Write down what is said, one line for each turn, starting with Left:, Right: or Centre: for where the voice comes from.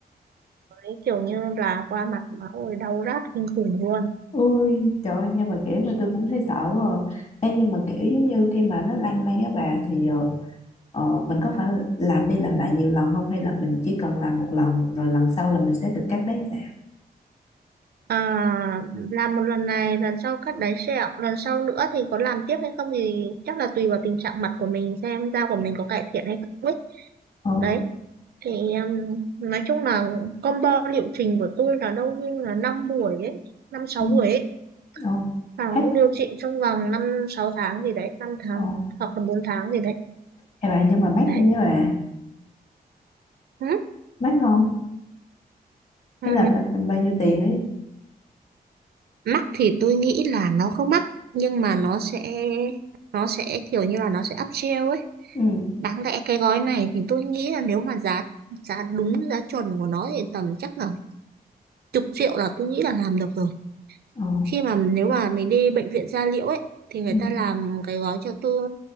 Right: ấy kiểu như là qua mặt máu rồi đau rát kinh khủng luôn
Left: Ôi trời ơi, nghe bà kể mà tôi cũng thấy sợ quá à. Ê, nhưng mà kiểu giống như khi mà nó lan lan á bà thì ờ, ờ, mình có phải làm đi làm lại nhiều lần không hay là mình chỉ cần làm một lần rồi lần sau là mình sẽ được cắt đấy dạ
Right: à, làm một lần này lần sau cắt đáy sẹo lần sau nữa thì có làm tiếp hay không thì chắc là tùy vào tình trạng mặt của mình xem da của mình có cải thiện hay không ấy
Left: ờ
Right: đấy thì um, nói chung là combo liệu trình của tôi là đâu như là năm buổi ấy năm sáu
Left: ừ
Right: buổi ấy
Left: ờ
Right: và
Left: hết
Right: cũng điều trị trong vòng năm sáu tháng gì đấy năm tháng
Left: ờ
Right: hoặc là bốn tháng gì đấy
Left: Ê bà nhưng mà mắc
Right: đấy
Left: không với bà
Right: ừ.
Left: mắc không
Right: Ừ.
Left: hay là ba- bao nhiêu tiền ấy
Right: mắc thì tôi nghĩ là nó không mắc nhưng mà nó sẽ nó sẽ kiểu như là nó sẽ up upsell ấy
Left: ừ
Right: đáng lẽ cái gói này thì tôi nghĩ là nếu mà giá giá đúng giá chuẩn của nó thì tầm chắc là chục triệu là tôi nghĩ là làm được rồi
Left: ờ
Right: khi mà nếu mà mình đi bệnh viện da liễu ấy thì người
Left: ừ.
Right: ta làm cái gói cho tôi